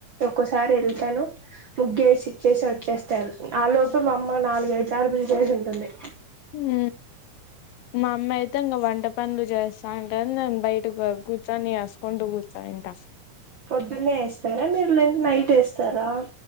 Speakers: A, on the right; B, on the left.
A: ఒక్కసారి వెళ్తాను ముగ్గేసి ఇచ్చేసి వచ్చేస్తారు ఆ లోపు మా అమ్మ నాలుగు ఐదు సార్లు పిలిచేసి ఉంటుంది
B: హ్మ్ మా అమ్మ అయితే ఇంగా వంట పనులు చేస్తా అంటది నన్ను బయటకు కూర్చొని వేసుకుంటూ కూర్చయింట
A: పొద్దున్నే వేస్తారా మీరు లేం నైట్ వేసు తరా